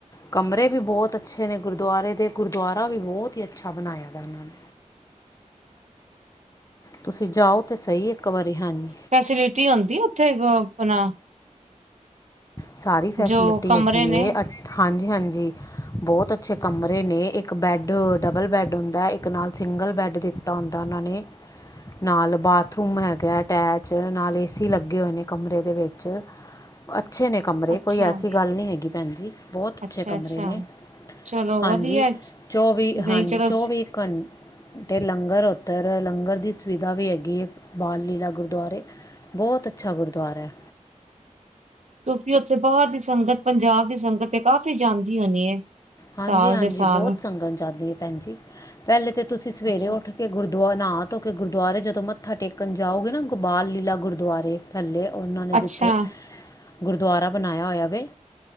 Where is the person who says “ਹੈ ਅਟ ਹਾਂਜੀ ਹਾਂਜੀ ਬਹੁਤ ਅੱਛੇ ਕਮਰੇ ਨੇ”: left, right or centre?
Left